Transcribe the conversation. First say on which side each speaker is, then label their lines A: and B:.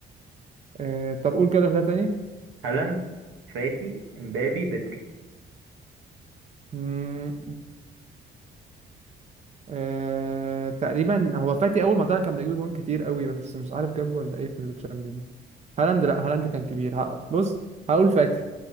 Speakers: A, on the right (about 35°); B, on the right (about 85°).
A: آه طب قول كده اختيار تاني
B: هالاند فاتي امبابي بدري
A: مم، آه تقريبا هو فاتي اول ما طلع كان بيجيب جوان كتير قوي بس مش عارف جاب ولا ايه في التشامبيون هالاند لا هالاند كان كبير ه- بص هقول فاتي